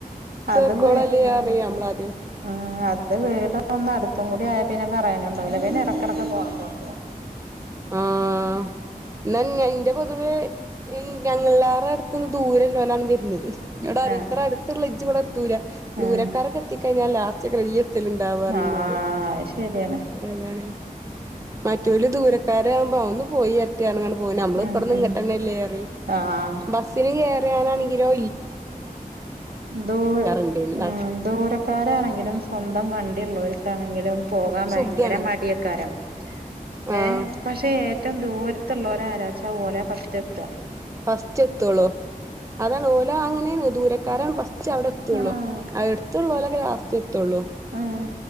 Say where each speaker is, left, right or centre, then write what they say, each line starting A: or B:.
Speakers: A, on the right; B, on the right.
A: അത്
B: ചേർക്കോളല്ലേ
A: <unintelligible>
B: പറയും നമ്മളാദ്യം
A: ആം അത് വീടൊന്ന് അട്ത്തും കൂടി ആയാപിന്നെ പറയാനും ണ്ടാവൂല പിന്നെടെക്കെടക്ക് പോണം പോലെ തോന്നു
B: ആഹ് ന്നാ ഇന്റെ പൊതുവേ ഞങ്ങള <unintelligible> ദൂരള്ളോലാണ് വര്ണത് ന്നോടറയ്യും
A: ആഹ്
B: ത്രട്ത്ത്ള്ള ഇജ്ജ് ദൂര ദൂരക്കാരക്കെത്തിക്കഴിഞ്ഞാൽ
A: ഉം
B: ലാസ്റ്റെയ്‌ക്കാരം ഇയ്യെത്തലിണ്ടാവാന്നറയും
A: ആഹ്
B: ന്നോട്
A: അത് ശരിയാണ്
B: അഹ് അതാണ് മറ്റോല് ദുരക്കാരാവുമ്പോ ഒന്ന് പോയെരട്ടെന്ന് അറഞാണ്ട് വും നമ്മള്
A: ഉം
B: ബടെന്ന്ങ്ങട്ടെന്നെല്ലെറയും
A: ഉം ആഹ്
B: ബസ്സിന്‌ കേറാനാണെങ്കിലൊ
A: ദൂര
B: ഇണ്ടേനു നട
A: ഉം ദൂരക്കാരാണെങ്കിലും സ്വന്തം വ ഓൽക്കാണെങ്കിലും പോകാൻ
B: സുഖാണ്
A: ഭയങ്കര മടിയെക്കാരം
B: ആഹ്
A: ഏഹ് പശെ ഏറ്റോം ദൂരത്തുള്ളോരാരച്ച ഓല ഫസ്റ്റ് എത്ത
B: ഫസ്റ്റ് എത്തള്ളൂ അതാണ് ഓലഅങ്ങനെണ് ദൂരക്കാരാണ് ഫസ്റ്റ് ച്ച അവിടെ എത്തുള്ളൂ
A: ആഹ്
B: എടുത്തുള്ളോലൊക്കെ ലാസ്‌റ്റേ എത്തുള്ളൂ
A: ആഹ്